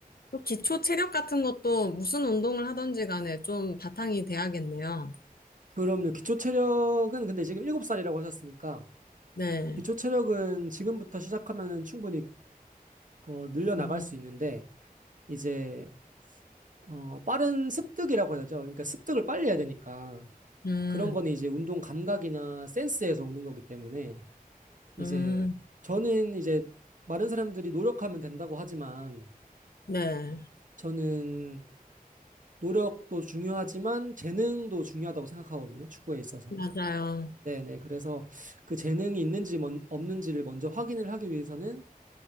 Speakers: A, on the left (about 80°); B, on the right (about 55°).
A: 또 기초 체력 같은 것도 무슨 운동을 하든지 간에 좀 바탕이 돼야겠네요.
B: 그럼요. 기초 체력은 근데 지금 7살이라고 하셨으니까
A: 네,
B: 기초 체력은 지금부터 시작하면 충분히 어, 늘려나갈
A: 음,
B: 수 있는데 이제 어, 빠른 습득이라고 해야 되죠. 그러니까 습득을 빨리 해야 되니까
A: 음,
B: 그런 거는 이제 운동 감각이나 센스에서 오는 거기 때문에 이제
A: 음,
B: 저는 이제 많은 사람들이 노력하면 된다고 하지만
A: 네,
B: 저는 노력도 중요하지만 재능도 중요하다고 생각하거든요. 축구에 있어서는.
A: 맞아요.
B: 네네. 그래서 그 재능이 있는지 먼- 없는지를 먼저 확인을 하기 위해서는